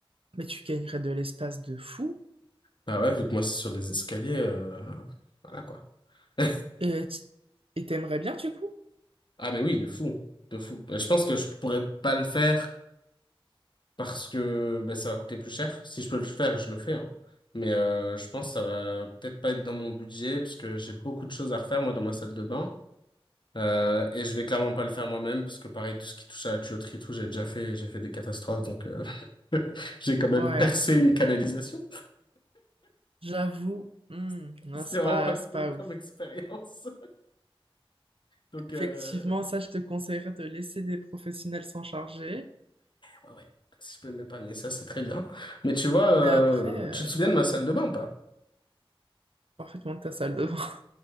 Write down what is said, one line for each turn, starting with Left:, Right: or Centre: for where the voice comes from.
Right: Mais tu gagnerais de l'espace de fou.
Left: Bah ouais, vu que moi, c'est sur des escaliers, euh, voilà quoi. <laughs>
Right: Et tu- et t'aimerais bien du coup?
Left: Ah mais oui, de fou, de fou. Ben, Je pense que je pourrais pas le faire parce que ben, ça va coûter plus cher. Si je peux le faire, je le fais. hein. Mais euh, je pense que ça va peut-être pas être dans mon budget parce que j'ai beaucoup de choses à refaire moi dans ma salle de bain. Euh, et je vais clairement pas le faire moi-même parce que pareil, tout ce qui touche à la tuyauterie, et tout, j'ai déjà fait, j'ai fait des catastrophes. Donc euh, <laughs> j'ai quand même
Right: Ouais,
Left: percé une canalisation.
Right: j'avoue, hmm,
Left: <laughs>
Right: non,
Left: C'était
Right: c'est
Left: vraiment
Right: pas,
Left: pas cool
Right: c'est pas
Left: comme
Right: ouf.
Left: expérience. Donc
Right: Effectivement,
Left: euh,
Right: ça, je te conseillerais de laisser des professionnels s'en charger,
Left: Ouais, ouais. Si je peux m'épargner ça, c'est très bien. Mais tu vois, euh,
Right: mais après, euh,
Left: tu te souviens de ma salle de bain ou pas?
Right: parfaitement ta salle de bain. <laughs>